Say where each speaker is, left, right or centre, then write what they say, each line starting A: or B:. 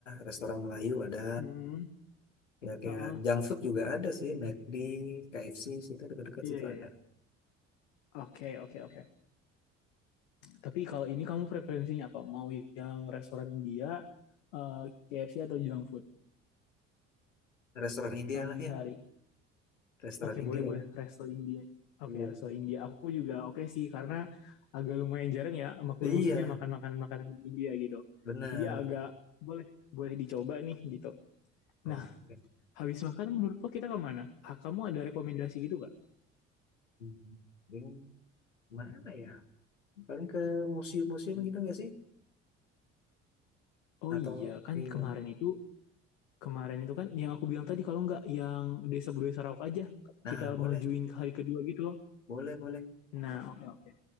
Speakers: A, on the left; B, on the left.
A: restoran Melayu, ada
B: Hmm,
A: ya kayak
B: uh-uh.
A: junk food juga ada sih, McD, KFC situ dekat-dekat
B: Iya,
A: situ
B: iya,
A: ada.
B: iya. Oke, oke, oke. Tapi kalau ini kamu preferensinya apa? Mau yang restoran India, eh, KFC atau junk food
A: Restoran India
B: pagi
A: lah ya,
B: hari?
A: restoran
B: Oke,
A: India
B: boleh
A: ya.
B: boleh resto India. Oke,
A: Iya.
B: resto India. Aku juga oke sih karena agak lumayan jarang ya maklum
A: Iya,
B: maksudnya makan-makan makanan India gitu.
A: benar.
B: Jadi agak boleh boleh dicoba nih gitu.
A: Oke.
B: Nah, habis makan menurut lo kita kemana? Ah, kamu ada rekomendasi gitu gak?
A: Hmm. Paling Mana ya? Paling ke museum-museum
B: Hmm.
A: gitu nggak sih?
B: Oh
A: Atau
B: iya, kan
A: iya.
B: kemarin itu kemarin itu kan yang aku bilang tadi kalau nggak yang desa budaya Sarawak aja
A: Nah,
B: kita
A: boleh,
B: majuin ke hari kedua gitu loh
A: boleh, boleh.
B: Nah, oke oke.